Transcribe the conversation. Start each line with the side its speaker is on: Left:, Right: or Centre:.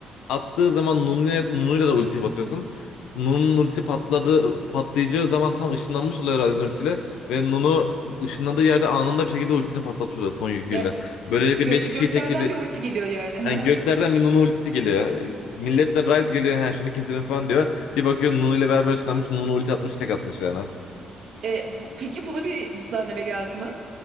Left: Attığı zaman Nunu'ya, Nunu'yla da ulti basıyorsun. Nunu'nun ultisi patladı, patlayacağı zaman tam ışınlanmış oluyor Ryzen ultisiyle. Ve Nunu ışınlandığı yerde anında bir şekilde ultisini patlatmış oluyor son yüküyle.
Right: Ya
Left: Böylelikle
Right: gö-
Left: 5 kişiyi
Right: göklerden
Left: tekledi.
Right: bir ulti geliyor yani. hı
Left: Yani
Right: hı.
Left: göklerden bir Nunu ultisi geliyor. Millet de Ryze geliyor ha şunu keselim falan diyor. Bir bakıyor Nunu ile beraber ışınlanmış Nunu ulti atmış tek atmış yani.
Right: E, bu- peki buna bir düzenleme geldi mi?